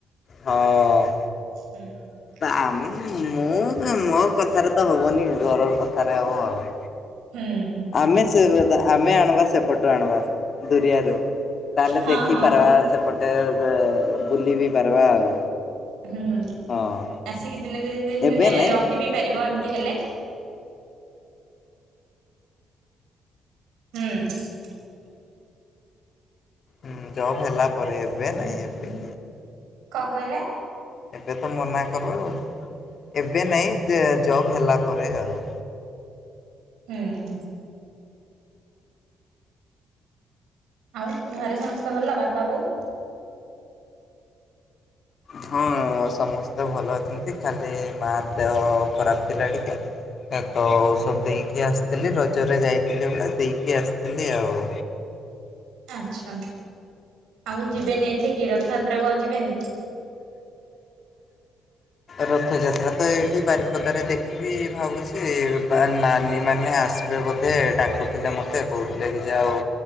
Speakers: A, on the left; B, on the right.
A: ହଁ।
B: ହୁଁ।
A: ଆ ମୁଁ ମୋ କଥାରେ ତ ହବନି ଘରର କଥାରେ ହବ ଆଉ।
B: ହୁଁ।
A: ଆମେ ସେ ଗଦା ଆମେ ଆଣିବା ସେପଟୁ ଆଣିବା। ଦୁରିଆରୁ ତାହେଲେ
B: ହଁ
A: ଦେଖିପାରବା
B: ହଁ
A: ସେପଟେ ବ ବୁଲି ବି ପାରବା ଆଉ
B: ହୁଁ।
A: ହଁ।
B: ଆସିକି ଦିନେ ଦି ଦିନ
A: ଏବେ
B: ମାନେ
A: ନାଇଁ
B: ରହିିବି ପାରିବ ଏମିତି ହେଲେ। ହୁଁ।
A: ହୁଁ, ଜବ୍ ହେଲା ପରେ ଏବେ ନାଇଁ ଏବେ
B: କଣ କହିଲେ?
A: ଏବେ ତ ମନା କର, ଏବେ ନାଇଁ ଯେ ଜବ୍ ହେଲା ପରେ ଆଉ।
B: ହଁ। ଆଉ ଘରେ ସମସ୍ତେ ଭଲ ବାପା ବୋଉ?
A: ହଁ ସମସ୍ତେ ଭଲ ଅଛନ୍ତି। ଖାଲି ମା ଦେହ ଖରାପ ଥିଲା ଟିକେ। ଏ ତ ଔଷଧ ଦେଇକି ଆସିଥିଲି, ରଜରେ ଯାଇଥିଲି ବେଳେ ଦେଇକି ଆସିଥିଲି ଆଉ।
B: ଆଚ୍ଛା, ଆଉ ଯିବେନି ଏଠକିି ରଥଯାତ୍ରା କୁ ଆଉ ଯିବେନି?
A: ରଥଯାତ୍ରା ତ ଏଇଠି ବାରିପଦାରେ ଦେଖିବି ଭାବୁଛି, ବା ନାନୀ ମାନେ ଆସିବେ ବୋ ସେ ଡାକୁଥିଲେ ମୋତେ କହୁଥିଲେ କି ଯେ ଆଉ